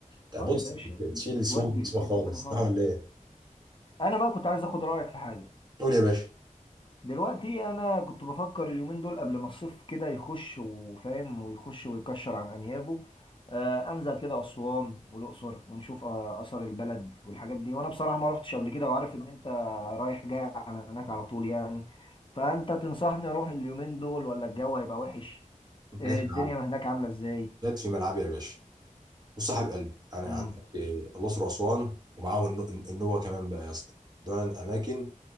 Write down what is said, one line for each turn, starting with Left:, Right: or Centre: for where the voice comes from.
Right: ده
Left: اه
Right: بص
Left: يا باشا
Right: تشيل السوم
Left: تودي
Right: من جسمك
Left: في حته
Right: خالص
Left: تانيه خالص
Right: صح ولا ايه؟
Left: انا بقى كنت عايز اخد رايك في حاجه
Right: قول يا باشا
Left: دلوقتي انا كنت بفكر اليومين دول قبل ما الصيف كده يخش وفاهم ويخش ويكشر عن انيابه آه انزل كده اسوان والاقصر ونشوف آه اثار البلد والحاجات دي وانا بصراحه ما رحتش قبل كده وعارف ان انت رايح جاي على هناك على طول يعني فانت تنصحني اروح اليومين دول ولا الجو هيبقى وحش
Right: انت
Left: آه
Right: جاي في
Left: الدنيا
Right: ملعبي
Left: هناك عامله ازاي
Right: جت في ملعبي يا باشا وصاحب قلبي يعني
Left: امم
Right: عندك إيه، الأقصر وأسوان ومعاهم النو- النوبة كمان بقى يا اسطى دول الأماكن